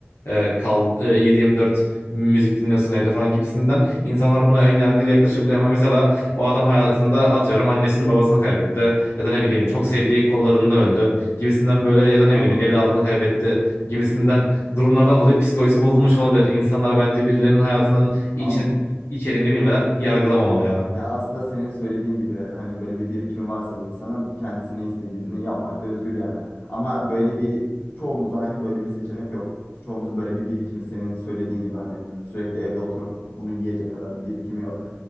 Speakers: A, on the left; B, on the left.
A: e, kal, e, yedi yirmi dört müzik dinliyorsun evde falan gibisinden insanlar buna ön yargıyla yaklaşabiliyor ama mesela o adam hayatında atıyorum annesini babasını kaybetti ya da ne bileyim çok sevdiği kollarında öldü gibisinden böyle ya da ne
B: Anladım.
A: bileyim evladını kaybetti gibisinden durumlardan dolayı psikolojisi bozulmuş olabilir. İnsanlar bence birilerinin hayatının İçini,
B: Anladım.
A: içeriğini bilmeden yargılamamalı yani.
B: Ya aslında senin söylediğin gibi hani böyle bir birikimi varsa bir insanın kendisine istediğini yapmakta özgür yani. Ama böyle bir çoğumuzda hani böyle bir seçenek yok. Çoğumuzun böyle bir birikimi senin söylediğin gibi hani sürekli evde oturup bunu yiyecek kadar bir birikimi yok.